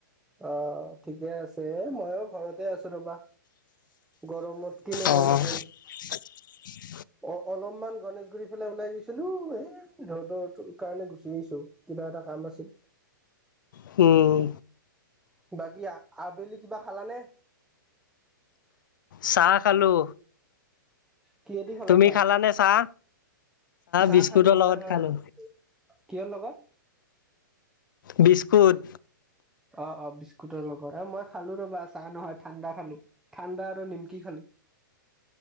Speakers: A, in the centre; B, on the left.
A: অহ, ঠিকে আছে, মই ঘৰতে আছো ৰ'বা। গৰমত কিনো
B: অ
A: কৰি থাকিম।
B: <unintelligible>
A: অহ, অলপমান গণেশগুৰি ফালে ওলাই গৈছিলোঁ, এই ৰ'দৰ সেইটো কাৰণে গুচি আহিছোঁ৷ কিবা এটা কাম আছিল।
B: হম।
A: বাকী আ-আবেলি কিবা খালানে?
B: চাহ খালোঁ।
A: কিহেদি খালা
B: তুমি
A: চাহ
B: খালানে চাহ?
A: চাহ
B: বিস্কুটৰ
A: খালোঁ হয়,
B: লগত
A: হয়।
B: খালো
A: কিহৰ লগত?
B: বিস্কুট।
A: অহ', অহ' বিস্কুটৰ লগত। এ মই খালোঁ ৰ'বা, চাহ নহয় ঠাণ্ডা খালোঁ ঠাণ্ডা আৰু নিমকি খালোঁ।